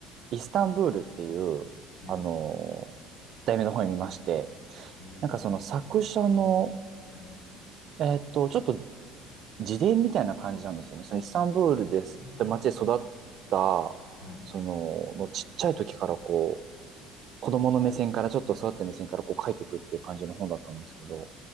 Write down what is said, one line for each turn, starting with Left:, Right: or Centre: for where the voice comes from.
Right: イスタンブールっていう、
Left: はい。
Right: あのー題名の本を見まして、
Left: えー、
Right: なんかその作者の、
Left: はい。
Right: えっと、ちょっと自伝みたいな感じなんですよね。そのイスタンブールですって街で育った、
Left: あーはい。
Right: その、のちっちゃい時からこう、子供の目線からちょっと育った目線からこう書いていくっていう感じの本だったんですけど、